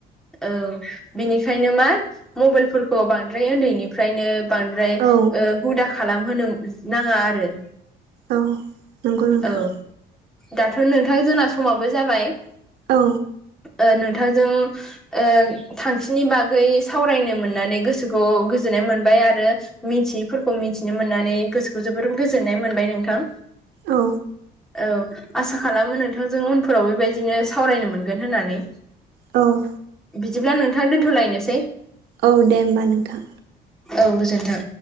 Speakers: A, in the centre; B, on the right (about 85°).
A: औ बिनिखायनो मा मबाइलफोरखौ बांद्राय उन्दैनि मफ्रायनो बांद्राय
B: औ
A: हुदा खालामहोनो नाङा आरो
B: औ नंगौ नोंथां।
A: औ दाथ' नोंथां जोंना समाबो जाबाय‌।
B: औ।
A: ओ नोंथां जों। ओ थांखिनि बागै सावरायनो मोननानै गोसोखौ गोजोननाय मोनबाय आरो मिथियैफोरखौ मिथिनो मोननानै गोसोखौ जोबोर गोजोननाय मोनबाय नोंथां।
B: औ
A: औ आसा खालामो नोंथांजों उनफोराव बेबायदिनो सावरायनो मोनगोन होननानै।
B: औ
A: बिदिब्ला नोंथां दोन्थ'लायनोसै।
B: औ दे होमबा नोंथां।
A: औ गोजोन्थों।